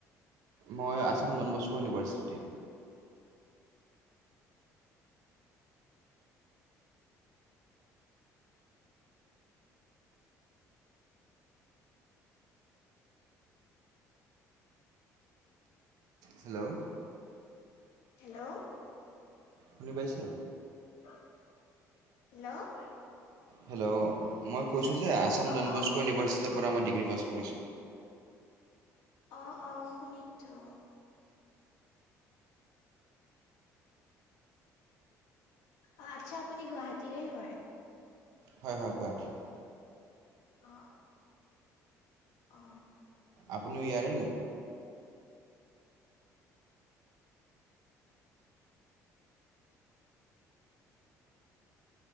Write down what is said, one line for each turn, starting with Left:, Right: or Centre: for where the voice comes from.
Right: মই Assam Don Bosco university hello
Left: hello
Right: শুনি পাইছে
Left: হেল্ল'
Right: হেল্ল' মই কৈ ছো যে আসাম
Left: অ
Right: ডনবস্কো
Left: অ
Right: ইউনিভাৰ্চিটিৰ পৰা মই ডিগ্ৰী পাছ কৰিছোঁ
Left: অহ অহ শুনিছো অ আচ্ছা আপুনি গুৱাহাটীৰে হয়
Right: হয় হয় গুৱাহাটীৰ
Left: অ। অ
Right: আপুনিও ইয়াৰে নে